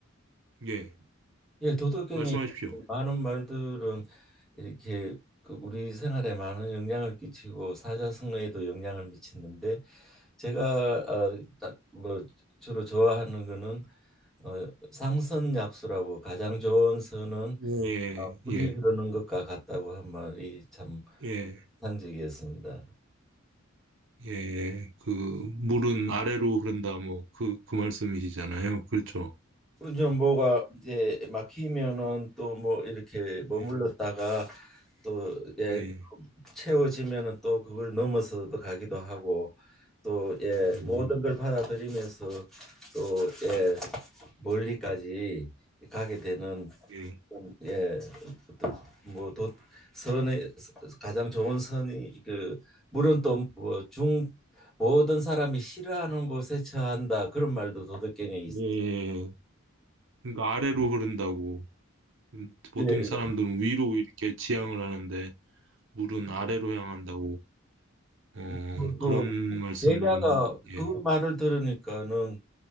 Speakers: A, on the right (about 65°); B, in the centre.
A: 예
B: 예, 도덕경이
A: 말씀하십시오.
B: 많은 말들은 이렇게 그 우리 생활에 많은 영향을 끼치고 사자성어에도 영향을 미치는데 제가 어, 딱 뭐 주로 좋아하는 거는 어, 상선약수라고 가장 좋은 선은
A: 예
B: 어, 물이
A: 예,
B: 흐르는 것과 같다고 한 말이 참
A: 예.
B: 상징이었습니다.
A: 예, 그 물은 아래로 흐른다 뭐 그 그 말씀이시잖아요. 그렇죠.
B: 좀 뭐가 이제 막히면은 또 뭐 이렇게 머물렀다가
A: 예,
B: 또 예,
A: 예,
B: 채워지면은 또 그걸 넘어서도 가기도 하고 또 예,
A: 예,
B: 모든
A: 예,
B: 걸 받아들이면서 또 예, 멀리까지 가게 되는
A: 예.
B: 그런, 예, 어떤 뭐 도, 선의 가장 좋은 선이 그 물론 또뭐중 모든 사람이 싫어하는 곳에 처한다 그런 말도 도덕경에 있.
A: 예. 예. 그러니까 아래로 흐른다고 음,
B: 네,
A: 보통
B: 예.
A: 사람들은 위로 이렇게 지향을 하는데 물은 아래로 향한다고 어
B: 그, 그
A: 그런 말씀
B: 예배가 그
A: 예,
B: 말을 들으니까는